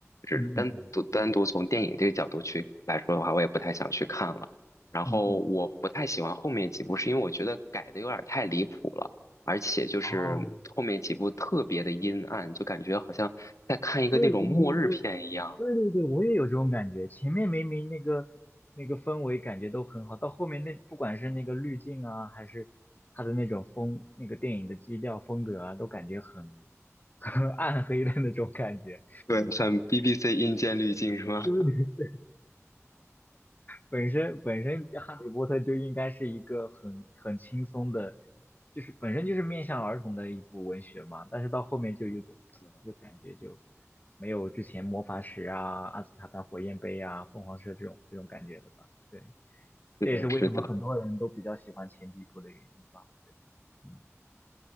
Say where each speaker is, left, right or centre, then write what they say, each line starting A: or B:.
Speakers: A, on the left (about 75°); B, on the left (about 35°).
A: 就是单独单独从电影这个角度去来说的话，
B: 嗯嗯
A: 我也不太想去看了。然后我不太喜欢后面几部，
B: 嗯嗯嗯嗯，
A: 是因为我觉得改的有点太离谱了。而且就是后面几部特别的阴暗，
B: 哦。
A: 就感觉好像在看一个那种末日片一样。
B: 对对对对对对，我也有这种感觉。前面明明那个那个氛围感觉都很好，到后面那不管是那个滤镜啊，还是它的那种风，那个电影的基调风格啊，都感觉很 <laughs> 很暗黑的那种感觉。
A: 对，像 BBC 阴间滤镜是吗？
B: 对不对？本身本身《哈利波特》就应该是一个很很轻松的，就是本身就是面向儿童的一部文学嘛。但是到后面就有一种就感觉就
A: <laughs>
B: 没有之前魔法石啊、阿斯卡班火焰杯啊、凤凰社这种这种感觉了吧？对。
A: 是的，
B: 这也是为什么很多人都比较喜欢前几部的原因吧，
A: 是的。
B: 我觉得。嗯，